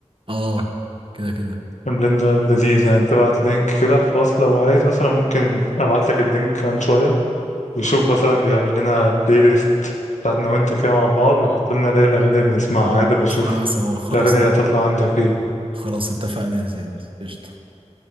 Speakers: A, on the right; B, on the left.
A: اه كده كده
B: البليند ده لذيذ يعني تبعت لينك كده خلاص لو عايز مثلا ممكن ابعت لك اللينك عن شوية ويشوف مثلا بيعمل لنا بلاي ليست بتاعتنا وانت كده مع بعض ويحط لنا ليه الأغاني اللي بنسمعها
A: اه
B: عادي بشوف
A: نسمعها سوا خلاص
B: الأغاني اللي هتطلع عندك ايه
A: خلاص اتفقنا يا زياد قشطة